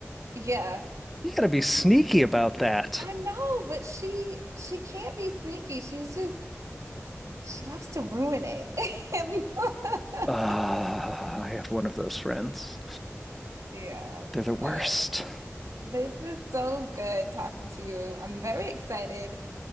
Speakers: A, on the right; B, in the centre.
A: Yeah.
B: You gotta be sneaky about that.
A: I know, but she she can't be sneaky. She's just she loves to ruin it. <laughs>
B: Ah, uh, I have one of those friends.
A: Yeah.
B: They're the worst.
A: But This is so good talking to you. I'm very excited